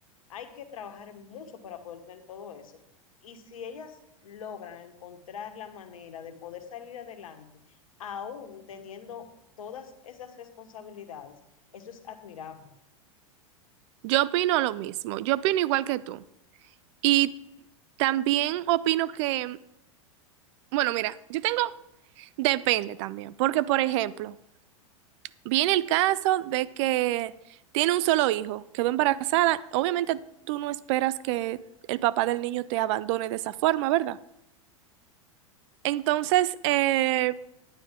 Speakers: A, on the left; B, on the right.
A: hay que trabajar mucho para poder tener todo eso. Y si ellas logran encontrar la manera de poder salir adelante, aún teniendo todas esas responsabilidades, eso es admirable.
B: Yo opino lo mismo, yo opino igual que tú. Y también opino que, bueno, mira, yo tengo, depende también, porque por ejemplo, viene el caso de que tiene un solo hijo, quedó embarazada, obviamente tú no esperas que el papá del niño te abandone de esa forma, ¿verdad? Entonces, eh,